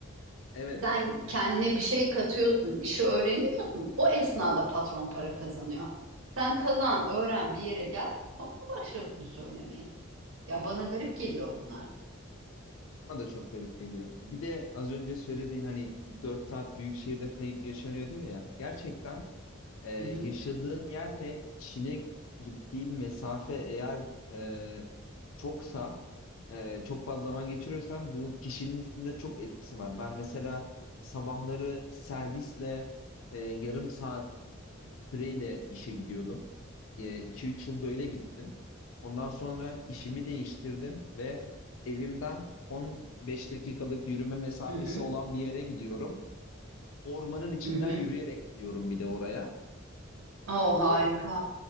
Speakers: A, on the left; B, on the right.
A: Evet.
B: Sen kendine bir şey katıyorsun, işi öğreniyorsun. O esnada patron para kazanıyor. Sen kazan, öğren, bir yere gel, sonra başla bunu söylemeye. Yani bana garip
A: Evet.
B: geliyor bunlar.
A: Bana da çok garip geliyor. Bir de az önce söylediğin hani 4 saat büyük şehirde kayıp yaşanıyor diyor ya. Gerçekten e, yaşadığın
B: Hı hı,
A: yerle işine gittiğin mesafe eğer e, çoksa e, çok fazla zaman geçiriyorsan bu kişinin üstünde çok etkisi var. Ben mesela sabahları servisle e, yarım saat e, süreyle işe gidiyordum. E, iki üç yıl böyle gittim. Ondan sonra işimi değiştirdim ve evimden 15 dakikalık yürüme mesafesi
B: hı hı,
A: olan bir yere gidiyorum. Ormanın içinden
B: hı hı.
A: yürüyerek gidiyorum bir de oraya.
B: Oo,
A: O
B: harika,